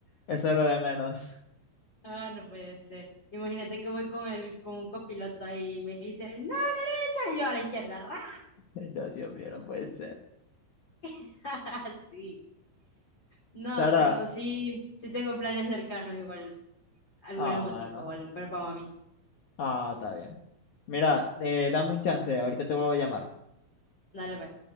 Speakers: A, on the left; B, on the left.
A: eso es lo de menos.
B: Ah, no puede ser. Imagínate que voy con el, con un copiloto ahí y me dice, no, derecha, y yo a la izquierda, ra.
A: <laughs> No, Dios mío, no puede ser.
B: <laughs> Sí. No,
A: Sara,
B: pero sí, sí tengo planes cercanos, igual algún
A: ah,
B: motico
A: bueno,
B: o algo, pero para mami.
A: ah, está bien. Mira, eh, dame un chance, ahorita te vuelvo a llamar.
B: Dale, pues.